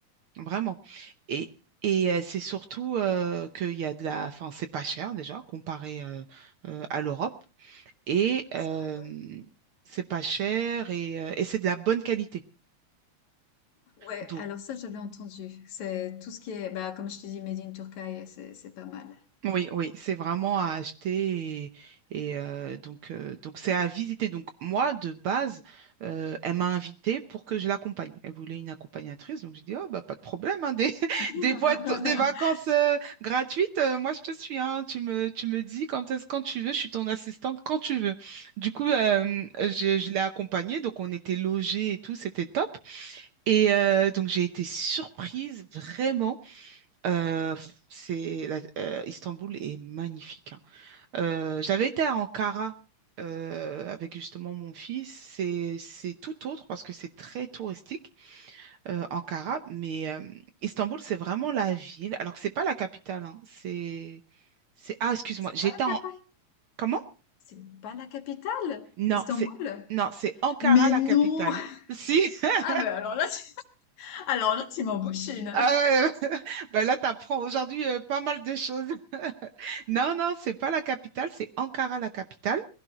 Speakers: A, on the right (about 70°); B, on the left (about 70°).
A: vraiment. Et Et euh, c'est surtout euh, qu'il y a de la... Enfin, c'est pas cher déjà comparé euh, euh, à l'Europe et
B: Ça,
A: euh,
B: ouais.
A: c'est pas cher et, euh, et c'est de la bonne qualité.
B: Ouais,
A: Donc,
B: alors ça, j'avais entendu. C'est tout ce qui est, bah, comme je te dis, Made in Turkey, c'est c'est pas mal.
A: oui, oui, c'est vraiment à acheter et, et, euh, donc euh, donc c'est à visiter. Donc moi, de base, euh, elle m'a invitée pour que je l'accompagne. Elle voulait une accompagnatrice, donc j'ai dit, oh, bah, pas de problème, hein, des, <laughs>
B: <laughs>
A: des, boîtes, des vacances euh, gratuites, euh, moi je te suis, hein, tu me, tu me dis quand est-ce, quand tu veux, je suis ton assistante quand tu veux. Du coup, euh, je, je l'ai accompagnée, donc on était logés et tout, c'était top. Et euh, donc j'ai été surprise vraiment. Euh, pff, c'est la- euh, Istanbul est magnifique. hein. Euh, j'avais été à Ankara euh, avec justement mon fils. C'est c'est tout autre parce que c'est très touristique euh, Ankara, mais euh, Istanbul c'est vraiment la ville. Alors que c'est pas la capitale. hein. C'est c'est ah excuse-moi.
B: C'est
A: J'étais
B: pas la capitale.
A: en comment?
B: C'est pas la capitale,
A: Non
B: Istanbul.
A: c'est non c'est Ankara
B: Mais
A: la capitale.
B: non!
A: Si. <laughs>
B: Ah ben alors là, tu... alors là, tu m'en bouches une.
A: Ah, ouais. <laughs> Bah là, t'apprends aujourd'hui euh, pas mal de choses. Non, non, c'est pas la capitale, c'est Ankara la capitale.